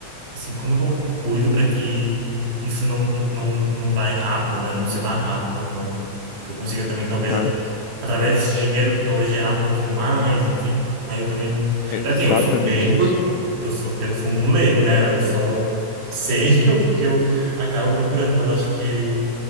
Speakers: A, on the right (about 70°); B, on the left (about 75°).
A: assim, como é que eu cuido para que isso não, não, não vai rápido, né, não se vá rápido, não. Que eu consiga também, talvez,
B: Cara,
A: atra- através desse dinheiro, talvez gerar um pouquinho mais, enfim. Aí eu também,
B: é exatamente
A: é assim, eu sou bem por,
B: isso.
A: eu sou, eu sou um leigo, né, eu só sei <laughs> o que eu acabo procurando, mas eu acho que